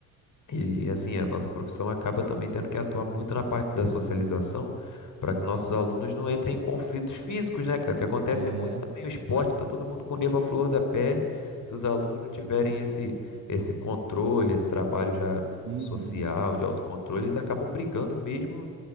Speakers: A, on the left; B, on the right.
A: E, e, assim, a nossa profissão acaba também tendo que atuar muito na parte da socialização
B: Sim.
A: para que nossos alunos não entrem em conflitos físicos, né, cara? Que acontece
B: É.
A: muito também. O esporte tá todo mundo com o nervo à flor da pele. Se os alunos não tiverem esse, esse controle, esse trabalho já
B: Uhum.
A: social, de autocontrole, eles acabam brigando mesmo,